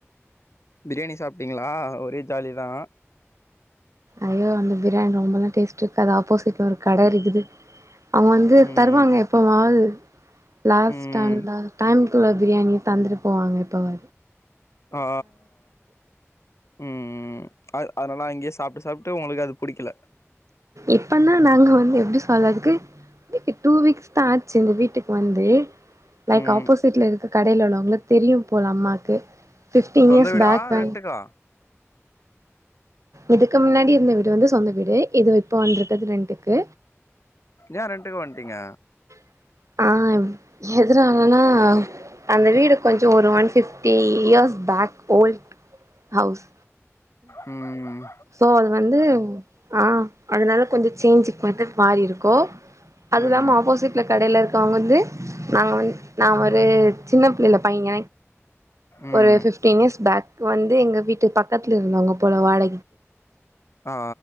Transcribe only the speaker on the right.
ஐயோ அந்த பிரியாணி ரொம்பெல்லா டேஸ்ட் இருக்காது ஆப்போசிட்ல ஒரு கடை இருக்குது அவங்க வந்து
தருவாங்க
எப்பவாவது லாஸ்ட்
அந்த டைம் தூக்குள்ள பிரியாணி தந்துட்டு போவாங்க இப்ப வ
இப்பன்னா நாங்க வந்து எப்டி சொல்லதுக்கு டூ வீக்ஸ்தா ஆச்சு இந்த வீட்டுக்கு வந்து லைக்
ஆப்போசிட்ல இருக்க கடையில உள்ளவங்கள தெரியும் போல அம்மாக்கு ஃபிப்டீன்
இயர்ஸ்
பேக் ப
இதுக்கு முன்னாடி இருந்த வீடு வந்து சொந்த வீடு இது இப்போ வந்துருக்குது ரெண்டுக்கு
<inaudible> ஆ எதுனாலன்ன அந்த வீடு கொஞ்சு ஒரு one fifty years back old house
so அது வந்து ஆ அதனால கொஞ்சோ சேஞ்சுக்கு வந்து மாறி இருக்கோ அது
இல்லாம ஆப்போசிட்ல கடையல இருக்கவங்க வந்து நாங்க நா ஒரு சின்ன புள்ளைல பைங்
ஒரு ஃப்வ்த் டென் இயர்ஸ் பேக் வந்து எங்க வீட்டு பக்கத்துல இருந்தவங்க போல வாட